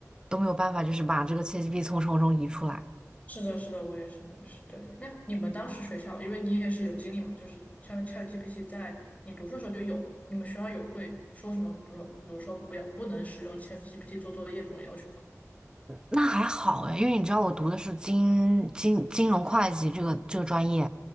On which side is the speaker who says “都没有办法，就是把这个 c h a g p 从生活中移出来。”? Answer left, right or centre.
Right